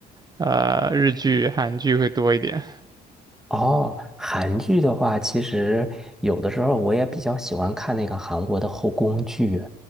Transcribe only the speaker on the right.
呃日剧、韩剧会多一点。